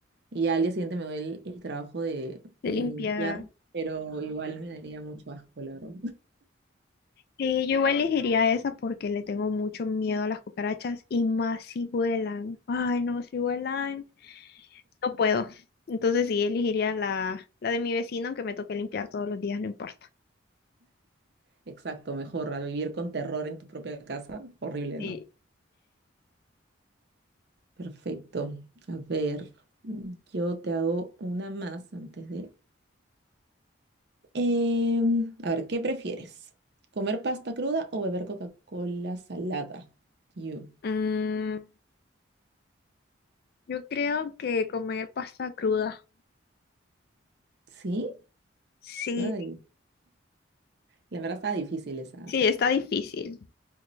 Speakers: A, on the right; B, on the left.
A: Y ya al día siguiente me doy el, el trabajo de,
B: De
A: de
B: limpiar.
A: limpiar, pero igual me daría mucho asco, la verdad.
B: Sí, yo igual elegiría esa porque le tengo mucho miedo a las cucarachas y más si vuelan. Ay, no, si vuelan, no puedo. Entonces sí, elegiría la, la de mi vecino, aunque me toque limpiar todos los días, no importa.
A: Exacto, mejor, al vivir con terror en tu propia casa, horrible,
B: Sí.
A: ¿no? Perfecto. A ver, yo te hago una más antes de... Em, a ver, ¿qué prefieres? ¿Comer pasta cruda o beber Coca-Cola salada? You.
B: Mm, yo creo que comer pasta cruda.
A: ¿Sí?
B: Sí,
A: Ay, la verdad estaba difícil esa.
B: sí, está difícil.